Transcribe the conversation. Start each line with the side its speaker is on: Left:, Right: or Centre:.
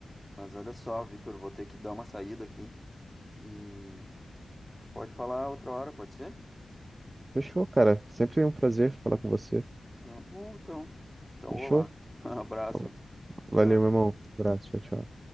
Centre: mas olha só, Vitor, vou ter que dar uma saída aqui e a gente pode falar outra hora, pode ser?
Right: Fechou, cara. Sempre um prazer falar com você.
Centre: Tá bom, então. Então,
Right: Fechou?
Centre: vou lá. <laughs> Abraço.
Right: Então, Valeu,
Centre: Tchau.
Right: meu irmão. Abraço, tchau, tchau.